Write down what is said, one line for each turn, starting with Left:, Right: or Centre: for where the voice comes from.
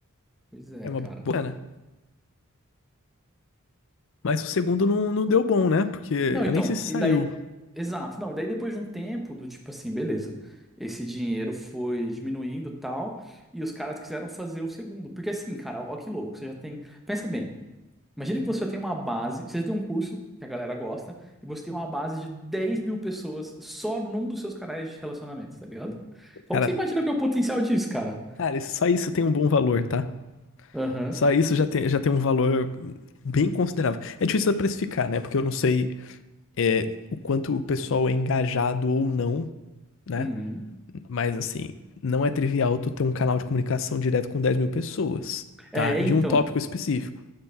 Centre: Pois é,
Left: É uma
Centre: cara.
Left: boa grana. Mas o segundo não, não deu bom, né? Porque
Centre: Não,
Left: eu
Centre: então,
Left: nem sei se saiu.
Centre: e daí. Exato, não, e daí depois de um tempo do tipo assim, beleza, esse dinheiro foi diminuindo e tal, e os caras quiseram fazer o segundo. Porque assim, cara, ó que louco, você já tem. Pensa bem, imagina que você já tem uma base, você já tem um curso que a galera gosta, e você tem uma base de 10 mil pessoas só num dos seus canais de relacionamento, tá ligado? Qual
Left: Cara,
Centre: que você imagina que é o potencial disso, cara?
Left: cara, só isso tem um bom valor, tá?
Centre: Aham.
Left: Só isso já tem, já tem um valor bem considerável. É difícil precificar, né? Porque eu não sei é, o quanto o pessoal é engajado ou não né?
Centre: uhum.
Left: Mas assim, não é trivial tu ter um canal de comunicação direto com dez mil pessoas,
Centre: É,
Left: tá? De
Centre: então.
Left: um tópico específico.